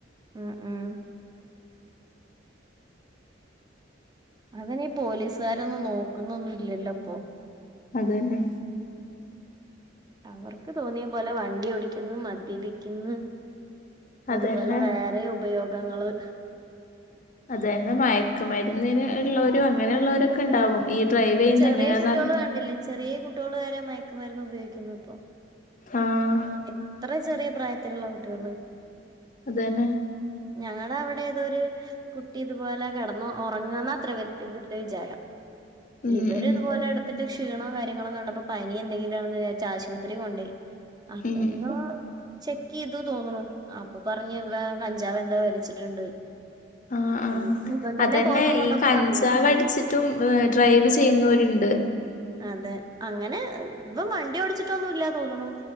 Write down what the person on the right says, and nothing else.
അഹ് അഹ് അവെനി പോലീസുകാരൊന്നും നോക്കുന്നൊന്നും ഇല്ലല്ലപ്പൊ
അവർക്ക് തോന്നിയ പോലെ വണ്ടി ഓടിക്കുന്നു മദ്യപിക്ക്ന്ന്
അതുപോലെ വേറയോപയോഗ ഗങ്ങള്
പ്പ
ചെറിയ
കുട്ട്യേള് കണ്ടില്ലേ ചെറ്യേ കു ട്ട്യോള് വരെ മയക്കുമരുന്ന് ഉപയോഗിക്കുന്നു ഇപ്പൊ
എത്ര ചെറിയ പ്രായത്തിലുള്ള കുട്ടികള്
ഞാനവിടെ ഏതോരു കുട്ടി ഇതുപോലെ കെടന്നു ഒറങ്ങന്ന അത്ര ഇവ <unintelligible> ർടെ വിചാരം
ഇവര്
ഇതുപോലെ എടുത്തി ക്ഷീണോ കാര്യങ്ങളോ കണ്ടപ്പോ പനി എന്തെങ്കിലാണെന്ന് വിചാരിച് ആശുപത്രി കൊണ്ടോയി അപ്പേന്നോ
ചെക്ക് ചെയ്തു തോന്നണു അപ്പൊ പറഞ്ഞു ഇവൻ കഞ്ചാവ് എന്തോ വലിച്ചിട്ടുണ്ട്.
എന്ന് ഇവൻ തന്നെ
ബോധം വന്നപ്പോ
പറഞ്ഞു
അതെ അങ്ങനെ ഇവൻ വണ്ടി ഓടിയോടിച്ചിട്ടൊന്നും ഇല്ലന് തോന്നുണു